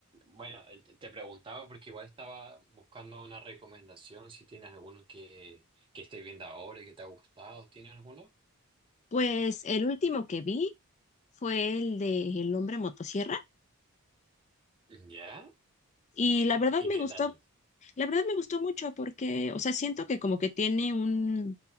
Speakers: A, on the right; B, on the left.
A: Bueno, eh, te te preguntaba porque igual estaba buscando una recomendación, si tienes alguno que, que estés viendo ahora y que te ha gustado. ¿Tienes alguno?
B: Pues el último que vi fue el de El hombre motosierra
A: ¿Ya?
B: y la verdad
A: ¿Y
B: me
A: qué
B: gustó,
A: tal?
B: la verdad me gustó mucho porque, o sea, siento que como que tiene un,